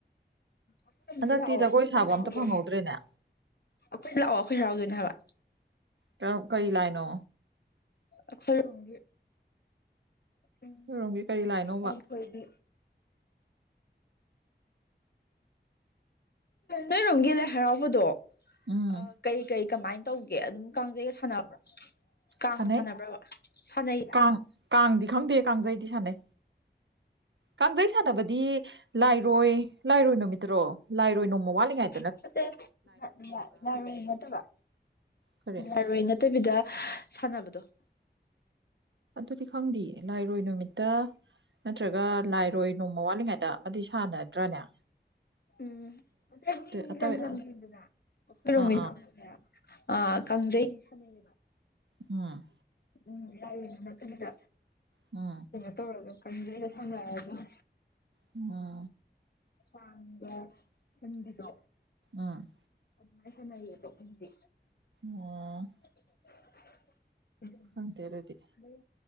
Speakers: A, on the left (about 60°); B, on the right (about 80°).
A: ꯑꯈ‌ꯣꯏ
B: ꯍꯟꯗꯛꯇꯤ
A: ꯍꯔꯥꯎꯗ‌ꯣꯏꯅ‌ꯦ
B: ꯖꯒꯣꯏ ꯁꯥꯕ ꯑꯝꯇ ꯐꯪꯍꯧꯗ꯭ꯔꯦꯅꯦ
A: ꯑꯈꯣꯏ ꯂꯥꯛꯑꯣ ꯑꯈꯣꯏ ꯍꯔꯥꯎꯗꯨꯏꯅꯦ ꯍꯥꯏꯕ꯫
B: ꯇꯥꯎ ꯀꯩ ꯂꯥꯏꯅꯣ
A: ꯑꯈꯣꯏꯔꯣꯝꯒꯤ ꯎꯝ
B: ꯅꯣꯏꯔꯣꯝꯒꯤ ꯀꯔꯤ ꯂꯥꯏꯅꯣꯕ
A: ꯄꯥꯟꯊ‌ꯣꯏꯕꯤ ꯅꯣꯏꯔꯣꯝꯒꯤ ꯂꯥꯏ ꯍꯔꯥꯎꯕꯗꯣ
B: ꯎꯝ
A: ꯑꯥ ꯀꯩ ꯀꯩ ꯀꯃꯥꯏ ꯇꯧꯒꯦ ꯑꯗꯨꯝ ꯀꯥꯡꯖꯩꯒ ꯁꯥꯟꯅꯕ꯭ꯔꯣ ꯀꯥꯡꯒ
B: ꯁꯥꯟꯅꯩ
A: ꯁꯥꯟꯅꯕ꯭ꯔꯕ ꯁꯥꯟꯅꯩꯌꯦ
B: ꯀꯥꯡ ꯀꯥꯡꯗꯤ ꯈꯪꯗꯦ ꯀꯥꯡꯖꯩꯗꯤ ꯁꯥꯟꯅꯩ ꯀꯥꯡꯖꯩ ꯁꯥꯟꯅꯕꯗꯤ ꯂꯥꯏꯔꯣꯏ ꯂꯥꯏꯔꯣꯏ ꯅꯨꯃꯤꯠꯇꯔꯣ ꯂꯥꯏꯔꯣꯏ ꯅꯣꯡꯃ ꯋꯥꯠꯂꯤꯉꯩ
A: <unintelligible> ꯂꯥꯏꯔꯣꯏ ꯅꯠꯇꯕ
B: ꯀꯔꯤ
A: ꯂꯥꯏꯔ‌ꯣꯏ ꯅꯠ ꯇꯕꯤꯗ ꯁꯥꯟꯅꯕꯗꯣ
B: ꯑꯗꯨꯗꯤ ꯈꯪꯗꯤꯌꯦ ꯂꯥꯏꯔꯣꯏ ꯅꯨꯃꯤꯠꯇ ꯅꯠꯇ꯭ꯔꯒ ꯂꯥꯏꯔꯣꯏ ꯅꯣꯡꯃ ꯋꯥꯠꯂꯤꯉꯩꯗ ꯑꯃꯗꯤ ꯁꯥꯟꯅꯗ꯭ꯔꯥꯅꯦ꯫
A: ꯎꯝ ꯑꯇꯩ ꯃꯤꯃꯤ
B: ꯑꯇꯩ
A: ꯂꯝ ꯂꯝ ꯒꯤꯅꯤꯗꯅ ꯑꯈꯣꯏꯔ‌ꯣꯝꯒꯤꯅ
B: ꯑꯥ ꯑꯥ
A: ꯑꯃꯨꯛꯅꯦ ꯑꯥ ꯀꯪꯖꯩ ꯁꯅꯩ
B: ꯎꯝ
A: ꯎꯝ ꯂꯥꯏꯔꯣꯏ ꯅꯥꯀꯟꯗ
B: ꯍ‌
A: ꯀꯩꯅꯣ ꯇꯧꯔꯒ ꯀꯥꯡꯖꯩꯒ ꯁꯥꯟꯅꯔꯒ
B: ꯍꯨ
A: ꯀꯥꯡꯒ ꯍꯨꯟꯕꯤꯗꯣ
B: ꯎꯝ
A: ꯑꯗꯨꯃꯥꯏ ꯁꯅꯩꯌꯦꯕ ꯑꯈꯣꯢꯗꯤ
B: ꯑꯣ
A: <unintelligible>
B: ꯈꯪꯗꯦ ꯑꯗꯨꯗꯤ
A: ꯅꫭꯏ